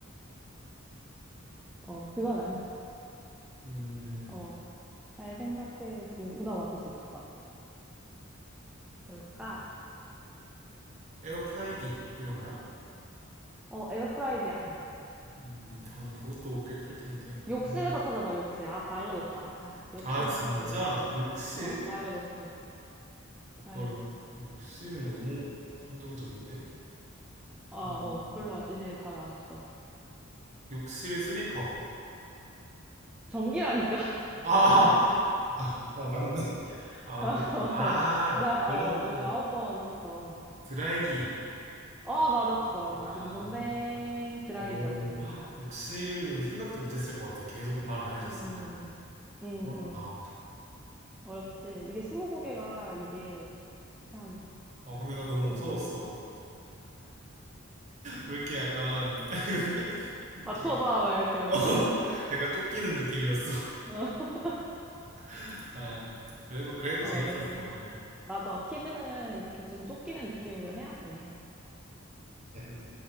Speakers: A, in the centre; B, on the right.
A: 어, 그건 아니야.
B: 음,
A: 어, 잘 생각해 보면 그나마 맞을 수 있을 것 같아. 뭘까?
B: 에어프라이기 이런 거야?
A: 어, 에어프라이기 아니야.
B: 음, 하긴 그것도 꽤 클 텐데.
A: 욕실에서
B: 음.
A: 찾아봐, 욕실. 아, 다 알려줬다. 아, 욕실에서
B: 아, 진짜?
A: 찾아봐, 욕실.
B: 욕실?
A: 어, 다 알려줬어. 다 알려줬어.
B: 헐, 욕실은 너무 한정적인데?
A: 아,
B: 음,
A: 어, 별로, 이제 다 나왔어.
B: 욕실 슬리퍼.
A: 전기라니까.
B: 아, 아, 맞네. 아,
A: <laughs> 어,
B: 그렇구나. 아,
A: 이제, 어,
B: 그러면
A: 이제 아홉 번 했어.
B: 드라이기야?
A: 어, 맞았어.
B: 아,
A: 딩동댕.
B: 그렇구나.
A: 드라이기였습니다.
B: 오, 욕실은 생각도 못했을 것 같아. 계속 말 안 해줬으면.
A: 음, 음,
B: 어렵다.
A: 음. 어렵지. 이게 스무고개가 이게 참
B: 아, 근데 나 너무
A: 좀
B: 무서웠어.
A: 어려워.
B: 왜 이렇게 약간 <laughs> 이렇게
A: 맞춰봐, 막 약간,
B: 어, <laughs>
A: 어.
B: 약간 쫓기는 느낌이었어.
A: <laughs>
B: <laughs> 아, 그래도 그래도
A: 어,
B: 재밌었어
A: 원래.
B: 오늘.
A: 맞아. 퀴즈는 이렇게 좀 쫓기는 느낌으로 해야 돼.
B: 네,